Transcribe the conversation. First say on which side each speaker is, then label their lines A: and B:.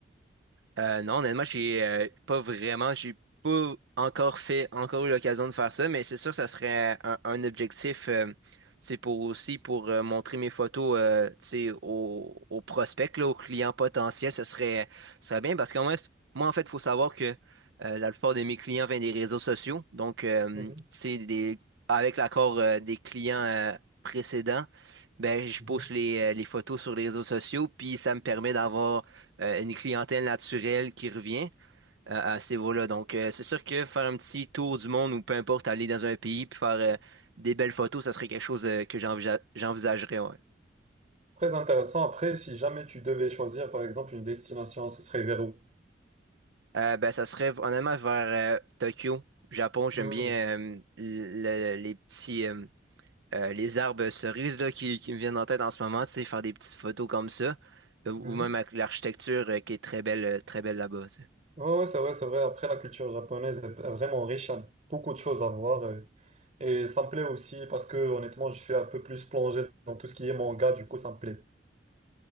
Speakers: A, on the right; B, on the right.
A: Euh, non, honnêtement, j'ai euh, pas vraiment, j'ai pas encore fait, encore eu l'occasion de faire ça, mais c'est sûr que ça serait un, un objectif, euh, c'est pour aussi pour euh, montrer mes photos, euh, tu sais, aux, aux prospects, là, aux clients potentiels, ça serait, ça serait bien parce que moi, c'est- moi, en fait, il faut savoir que euh, la plupart de mes clients viennent des réseaux sociaux, donc, euh,
B: Mhm,
A: tu sais, des, avec l'accord euh, des clients euh, précédents, ben, je
B: mhm.
A: poste les, euh, les photos sur les réseaux sociaux, puis ça me permet d'avoir euh, une clientèle naturelle qui revient euh, à ces vols-là. Donc, euh, c'est sûr que faire un petit tour du monde ou peu importe, aller dans un pays puis faire euh, des belles photos, ça serait quelque chose euh, que j'envisa- j'envisagerais. ouais.
B: Très intéressant. Après, si jamais tu devais choisir, par exemple, une destination, ce serait vers où?
A: Euh, ben, ça serait honnêtement vers euh, Tokyo, Japon. J'aime
B: Mhm,
A: bien euh, le- les petits euh, euh, les arbres cerises là, qui, qui me viennent en tête en ce moment, tu sais, faire des petites photos comme ça, euh, ou
B: mhm.
A: même avec l'architecture euh, qui est très belle, euh, très belle là-bas. tu sais.
B: Ouais, ouais, c'est vrai, c'est vrai. Après, la culture japonaise est vraiment riche, il y a beaucoup de choses à voir. euh, Et, ça me plaît aussi parce que, honnêtement, je suis un peu plus plongé dans tout ce qui est manga, du coup, ça me plaît.